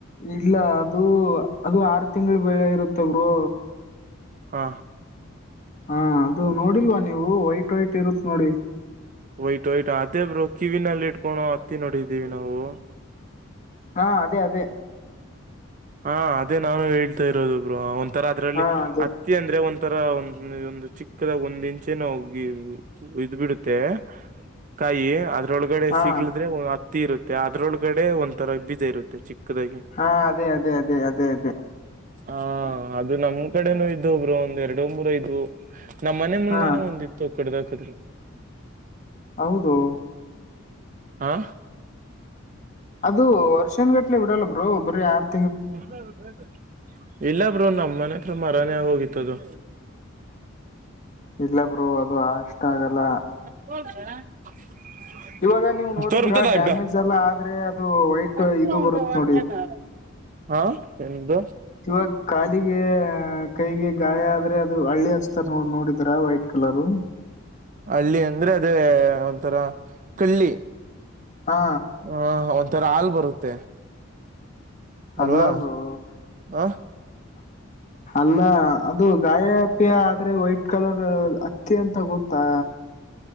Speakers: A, on the left (about 35°); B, on the right (about 40°).
A: ಇಲ್ಲ ಅದು ಅದು ಆರು ತಿಂಗಳು ಬೆಳೆ ಇರುತ್ತವರು
B: ಹಾ
A: ಹಾ ಅದು ನೋಡಿಲ್ವಾ ನೀವು ವೈಟ್ ವೈಟ್ ಇರುತ್ ನೋಡಿ <inaudible>
B: ಒಯ್ಟ್ು ಒಯತು ಅದೇಬ್ರು ಕಿವಿನಲ್ಲಿ ಇಟ್ಕೊೋ ಹತ್ತಿ ನೋಡಿದ್ದೀವಿ ನಾವು
A: ಹಾ ಅದೇ ಅದೇ
B: ಹಾ ಅದೇ ನಾನು ಹೇಳ್ತಾ ಇರೋದು ಬ್ರೋ ಒಂಥರ ಅದರಲ್ಲಿ
A: ಹಾ ಅದೇ
B: ಅಂದ್ರೆ ಒಂಥರಾ ಒಂದು ಚಿಕ್ಕದಾಗ ಒಂದ ಇಂಚೆನ ಹೋಗಿ ಇದ್ ಬಿಡುತ್ತೆ ಕಾಯಿ ಅದ ಅದ್ರೊಳಗಡೆ
A: ಹಾ
B: ಸಿಗ್ಲಿದ್ರೆ ಹತ್ತಿ ಇರುತ್ತೆ ಅದ್ರೊಳಗಡೆ ಒಂಥರ ಬೀಜ ಇರುತ್ತೆ ಚಿಕ್ಕದಾಗಿ
A: ಹಾ ಅದೇ ಅದೇ ಅದೇ ಅದೇ ಅದೇ
B: ಹಾ ಅದು ನಮ ಕಡೆನೂ ಇದ ಒಬ್ರು ಒಂದ್ ಎರಡು ಮೂರೈದು ನಮ್ಮ್ ಮನೆ ಮುಂದೆನೆ
A: ಹಾ
B: ಒಂದಿತ್ತು ಕುಡ್ದಾಕಿದ್ರು
A: ಹೌದು
B: ಹಾ
A: ಅದು ವರ್ಷನ್ ಗಟ್ಲೆ ಬಿಡಲ್ಲ ಬ್ರೋ ಬರೆ ಆರ್ ತಿಂಗೆ
B: ಮುದಲ <unintelligible> ಇಲ್ಲ ಬ್ರೋ ನಮ್ಮ ಮನತ್ರ ಮರಾನೇ ಆಗೋಗಿತ್ತದು
A: ಇಲ್ಲ ಬ್ರರು ಅದುಷ್ಟ ಆಗಲ್ಲ
B: ಹೋಗದ <unintelligible>
A: ಇವಾಗ ನೀವು ನೋಡಿದ್ರ
B: ತೋರ್ಾಗೆ
A: ಡ್ಯಾಮೇಜ್ ಎಲ್ಲ ಆದ್ರೆ ಅದು ವೈಟ್
B: ಬ
A: ಇದು ಬರುತ್ ನೋಡಿ
B: <unintelligible> ಹಾ ಎ್ದ
A: ಇವಾಗ ಕಾಲಿಗೆ ಕೈಗೆ ಗಾಯ ಆದ್ರೆ ಅದು ಹಳ್ಳಿ ಹಚ್ತಾರ ನೋ ನೋಡಿದರ ವೈಟ್ ಕಲರು
B: ಹಳ್ಳಿ ಅಂದ್ರೆ ಅದೇ ಒಂಥರ ಕಳ್ಳಿ
A: ಹಾ
B: ಹ ಒಂಥರ ಹಾಲ್ ಬರುತ್ತೆ ಅಲ್ವಾ
A: ಅಲ್ಲಬ್ರು
B: ಹ
A: ಅಲ್ಲ ಅದು ಗಾಯ ಅ ಆದ್ರೆ ವೈಟ್ ಕಲರ್ ಅತ್ತಿ ಅಂತ ಗೊತ್ತಾ